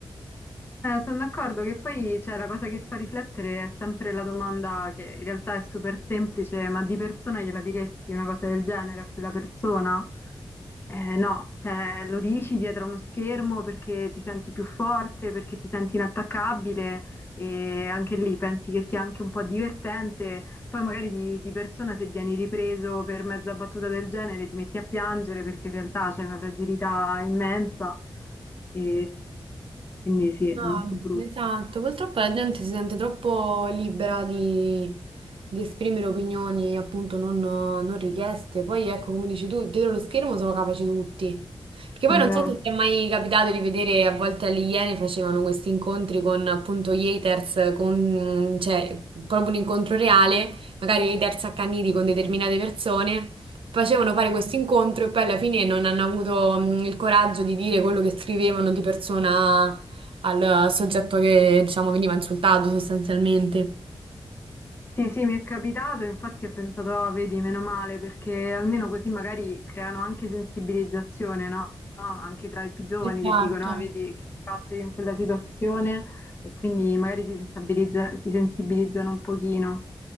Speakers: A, on the left; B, on the right.
A: Eh, sono d'accordo che poi cioè, la cosa che fa riflettere è sempre la domanda che in realtà è super semplice, ma di persona gliela diresti una cosa del genere a quella persona? Eh, no, cioè lo dici dietro a uno schermo perché ti senti più forte, perché ti senti inattaccabile, e anche lì pensi che sia anche un po' divertente. Poi magari di, di persona se vieni ripreso per mezza battuta del genere ti metti a piangere perché in realtà c'è una fragilità immensa e quindi sì, è
B: Ah,
A: molto brutto.
B: esatto, purtroppo la gente si sente troppo libera di, di esprimere opinioni appunto non, non richieste. Poi ecco, come dici tu, dietro lo schermo sono capaci tutti. Perché poi
A: Esatto.
B: non so se ti è mai capitato di vedere, a volte alle Iene facevano questi incontri con appunto gli haters, con, cioè proprio un incontro reale, magari haters accaniti con determinate persone. Facevano fare questo incontro e poi alla fine non hanno avuto mm, il coraggio di dire quello che scrivevano di persona al soggetto che, diciamo, veniva insultato sostanzialmente.
A: Sì, sì, mi è capitato, infatti ho pensato, "Ah, vedi, meno male, perché almeno così magari creano anche sensibilizzazione, no? No? Anche tra i più giovani
B: Esatto.
A: che dicono, ah, vedi, che ho fatto io in quella situazione e quindi magari si sensibilizza- si sensibilizzano un pochino.